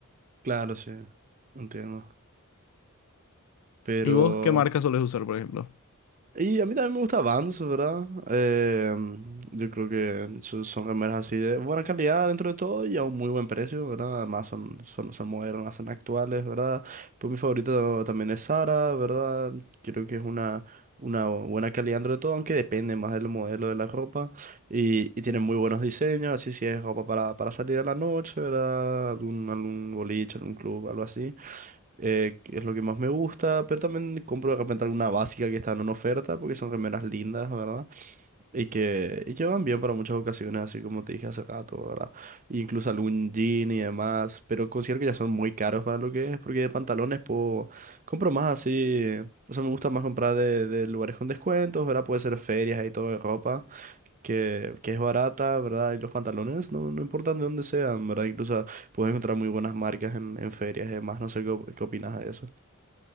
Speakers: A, on the right; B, on the left.
A: claro, sí. Entiendo. Pero
B: ¿Y vos qué marca sueles usar, por ejemplo?
A: Y a mí también me gusta Vans, ¿verdad? Eh, yo creo que so- son remeras así de buena calidad dentro de todo y a un muy buen precio, ¿verdad? Además son, son, son modernas, son actuales, ¿verdad? Pues mi favorito también es Zara, ¿verdad? Creo que es una, una buena calidad dentro de todo, aunque depende más del modelo de la ropa. Y, y tiene muy buenos diseños, así si es ropa para, para salir a la noche, ¿verdad? Algún, algún boliche, algún club, algo así eh, que es lo que más me gusta, pero también compro de repente alguna básica que están en oferta, porque son remeras lindas, ¿verdad? Y que, y que van bien para muchas ocasiones, así como te dije hace rato, ¿verdad? Incluso algún jean y demás, pero considero que ya son muy caros para lo que es, porque de pantalones puedo, compro más así, o sea, me gusta más comprar de, de lugares con descuentos, ¿verdad? Puede ser ferias y todo de ropa, que, que es barata, ¿verdad? Y los pantalones, no, no importan de dónde sean, ¿verdad? Incluso... Puedes encontrar muy buenas marcas en, en ferias y demás. No sé qué, op- qué opinas de eso.